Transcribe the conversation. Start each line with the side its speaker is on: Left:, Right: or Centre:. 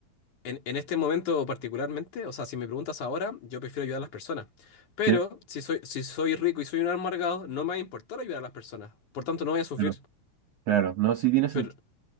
Left: En, en este momento particularmente, o sea, si me preguntas ahora, yo prefiero ayudar a las personas. Pero
Right: Sí,
Left: si soy, si soy rico y soy un amargado, no me va a importar ayudar a las personas. Por tanto, no voy a sufrir,
Right: claro, claro. No, sí tiene sentido.
Left: pero,